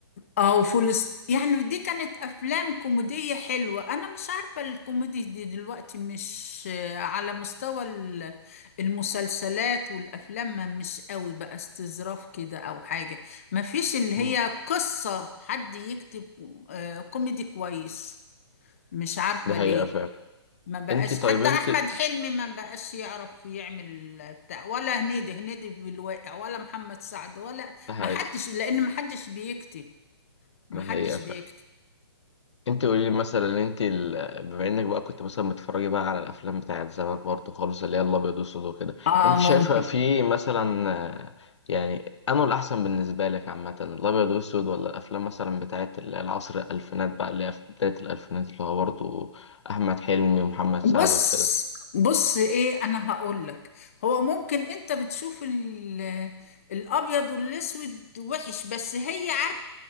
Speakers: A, on the left (about 30°); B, on the left (about 85°).
A: اه وفولس يعني دي كانت أفلام كوميدية حلوة أنا مش عارفة الكوميدي دي دلوقتي مش آه، على مستوى ال- المسلسلات والأفلام ما مش قوي بقى استظراف كده أو حاجة ما فيش اللي هي
B: مم.
A: قصة حد يكتب آه، كوميدي كويس مش عارفة
B: ده حقيقة
A: ليه
B: فعلا
A: ما بقاش
B: انت طيب
A: حتى
B: انت
A: احمد
B: ده
A: حلمي ما بقاش يعرف يعمل بتاع ولا هنيدي هنيدي في الواقع ولا محمد سعد ولا
B: حقيقة
A: ما حدش لان ما حدش بيكتب ما
B: ده
A: حدش
B: حقيقة فعلا
A: بيكتب
B: انت قولي لي مثلا انت ال... بما انك بقى كنت مثلا بتتفرجي بقى على الافلام بتاعت زمان برضه خالص اللي هي الابيض والاسود وكده
A: اه
B: انت
A: ممكن
B: شايفه في مثلا آه، يعني انه الاحسن بالنسبه لك عامه الابيض والاسود ولا الافلام مثلا بتاعت ال- العصر الالفينات بقى اللي هي في بدايه الالفينات اللي هو برضه احمد حلمي ومحمد سعد
A: بص
B: وكده
A: بص ايه انا هقول لك هو ممكن انت بتشوف ال- الابيض والاسود وحش بس هي عارفه